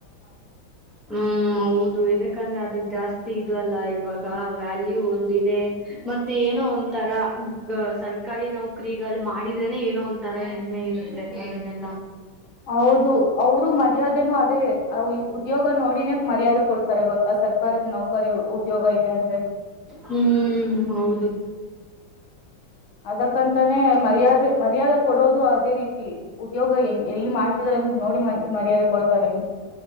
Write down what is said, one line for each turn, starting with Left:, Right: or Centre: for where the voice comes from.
Centre: ಹ್ಮ್ ಹೌದು ಯದಕಂದ್ರೆ ಅದಕ್ ಜಾಸ್ತಿ ಇ ಅಲ್ಲ ಇವಾಗ ವ್ಯಾಲ್ಯೂ ಒಂದಿದೆ ಮತ್ತೆ ಏನೋ ಒಂತರ ಸರ್ ತರ್ಕಾರಿ ನೌಕ್ರಗಳು ಮಾಡಿದ್ರೆನೆ ಏನೋ ಒಂ ತರ ಹೆಮ್ಮೆ ಇರುತ್ತೆ ಅದನ್ನೆಲ್ಲ
Left: ಹೌದು ಅವರು ಮರ್ಯೆ ಅದೇನು ಅದೇ ಉದ್ಯೋಗ ನೋಡಿನೇ ಮರ್ಯಾದೆ ಕೊಡ್ತಾರೆ ಗೊತ್ತಾ ಸರ್ಕಾರದ ನೌಕರಿ ಉದ್ಯೋಗ ಇ ಎಂದು
Centre: ಹ್ಮ್ ಹೌದು
Left: ಅದಕ್ಕಂತಾನೇ ಮರ್ಯಾದೆ ಮರ್ಯಾದೆ ಕೊಡೋದು ಅದೇ ರೀತಿ ಉದ್ಯೋಗ ಎಂ ಎಲ್ಲಿ ಮಾಡ್ತಿದಾರ ಅಂತ ನೋಡಿ ಮರ್ಯಾದೆ ಕೊಡ್ತಾರೆ ನಿ